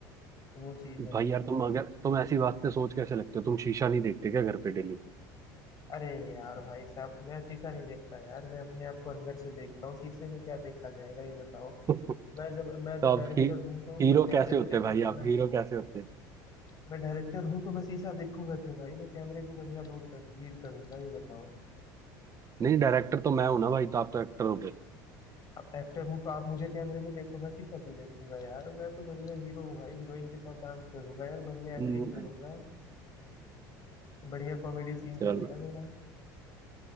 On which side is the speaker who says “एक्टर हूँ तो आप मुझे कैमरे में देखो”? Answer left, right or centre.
Left